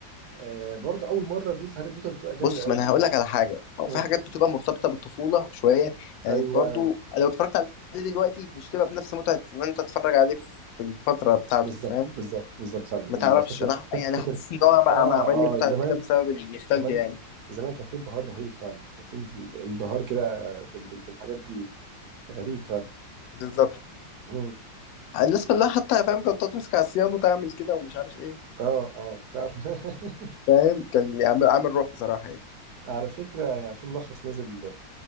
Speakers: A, on the right; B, on the left.
A: آه برضه اول مره دي في هاري بوتر بتبقى جامده
B: بص
A: قوي
B: ما انا هقول لك على حاجه هو
A: مم.
B: في حاجات بتبقى مرتبطه بالطفوله شويه يعني
A: ايوه
B: برضو لو اتفرجت عليه دلوقتي مش تبقى بنفس متعه ان انت تتفرج عليه في الفتره بتاعته
A: بالظبط
B: فاهم
A: بالظبط بالظبط فعلا
B: ما
A: الفكر
B: تعرفش انا
A: فكر
B: يعني حاسس
A: فكر- <laughs>
B: ان هو بقى
A: اه
B: ما عمل
A: اه
B: لي متعه
A: زمان
B: كده بسبب النوستالجيا
A: زمان
B: يعني
A: زمان كان في انبهار رهيب فعلا كان في انبهار كده بال- بال- بالحاجات دي غريب فعلا
B: بالظبط
A: مم.
B: الناس كلها حتى فاهم كانت تقعد تمسك على الصيان وتعمل كده ومش عارف ايه
A: اه اه فعلا <laughs>
B: فاهم كان عامل عامل روح بصراحه يعني
A: على فكرة في ملخص نزل